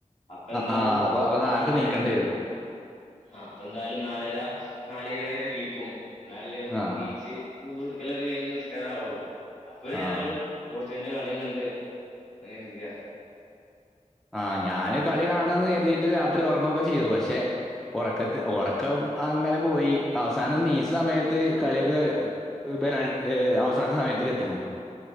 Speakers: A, on the left; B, in the centre.
A: അപ്പ
B: ആ
A: എന്തായാലും
B: ആ, അപ്പൊ അവ നേരത്തെ
A: നാലരക്ക്
B: നീക്കേണ്ടി വരും
A: ആഹ് അപ്പൊ എന്തായാലും നാലര നാല ഇരുപന നീക്കും എന്നാല
B: ആ
A: നീച്ച് ഉള് എടുക്കലൊക്കെ കഴിഞ്ഞ് നിസ്കാര ആവുള്ളു അപ്പൊ
B: ആ
A: ഏതായാലും പോർചിൽ ന്റെ കളിയും കണ്ട് അങ്ങനെ ഇരിക്ക
B: ആഹ് ഞാന് കളി കാണന്ന് കരുതിയിട്ട് രാത്രി ഉറങ്ങൊക്കെ ചെയ്തു പക്ഷെ ഉറക്കത്ത് ഉറക്കം അങ്ങനെ പോയി അവസാനം നീച്ച സമയത്ത് കളിയൊക്കെ ബല അവസാന സമയത്തേ ക്ക് എത്തിക്കോണം